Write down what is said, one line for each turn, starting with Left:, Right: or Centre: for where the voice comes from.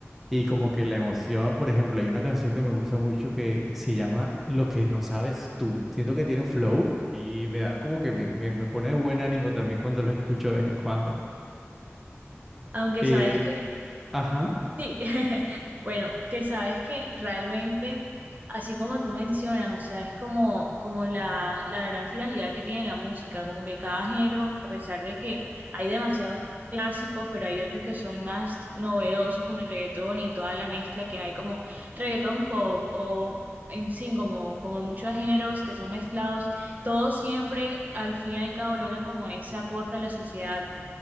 Centre: y como que la emoción, por ejemplo, hay una canción que me gusta mucho que se llama Lo que no sabes tú. Siento que tiene un flow y me da como que me, me, me pone de buen ánimo también cuando los escucho de vez en cuando.
Right: Aunque
Centre: Eh,
Right: sabes que
Centre: ajá,
Right: Sí, <laughs> bueno, que sabes que realmente, así como tú mencionas, o sea, es como, como la, la gran finalidad que tiene la música, como que cada género, a pesar de que hay demasiados clásicos, pero hay otros que son más novedosos, como el reggaetón y toda la mezcla que hay, como reggaetón pop o en sí, como, como muchos géneros que son mezclados, todos siempre al fin y al cabo logran como ese aporte a la sociedad